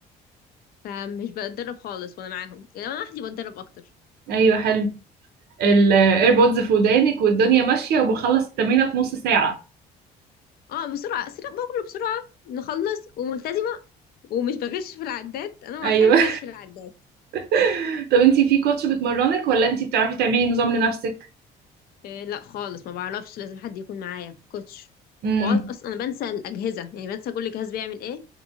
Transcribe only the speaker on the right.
ايوه حلو الايربودز في ودانك والدنيا ماشية وبخلص التمرينة في نص ساعة
ايوه
<laughs> طب انتي في كوتش بتمرنك ولا انتي بتعرفي تعملي نظام لنفسك
امم